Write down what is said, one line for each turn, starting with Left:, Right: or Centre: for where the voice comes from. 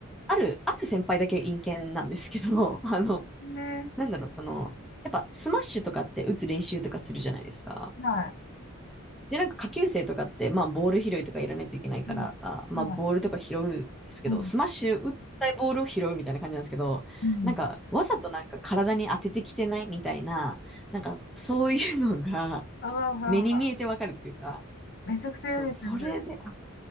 Centre: ある、ある先輩だけ陰キャなんですけど、<laughs> あの、
Left: ね。
Centre: なんだろう、その、やっぱスマッシュとかって打つ練習とかするじゃないですか。
Left: は
Centre: で、なんか下級生とかって、まあボール拾いとかやらないといけないから、
Left: い。うん。
Centre: まあボールとか拾うんですけど、
Left: はい。うん。
Centre: スマッシュ打ったボールを拾うみたいな感じなんですけど、
Left: うん。
Centre: なんかわざとなんか体に当ててきてないみたいな、なんかそういうのが
Left: あわあわあわあ。
Centre: 目に見えてわかるっていうか、
Left: めちゃくちゃ嫌ですね、
Centre: そう、それで
Left: それ。